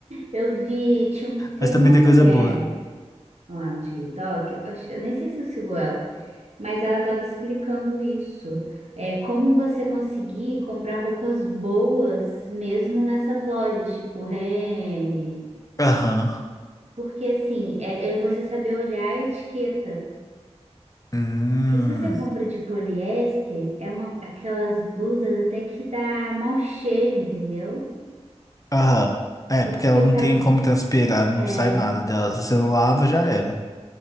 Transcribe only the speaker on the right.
eu vi, tinha, um- tem
uma
mulher.
lá no TikTok, eu, acho- eu nem sei se eu sigo ela, mas ela estava explicando isso. É como você conseguir comprar roupas boas mesmo nessas lojas, tipo Renner.
Porque assim, é, é você saber olhar a etiqueta.
Porque se você compra de poliéster, é uma, aquelas blusas até que dá mau cheiro, entendeu?
Porque
parece
que
é,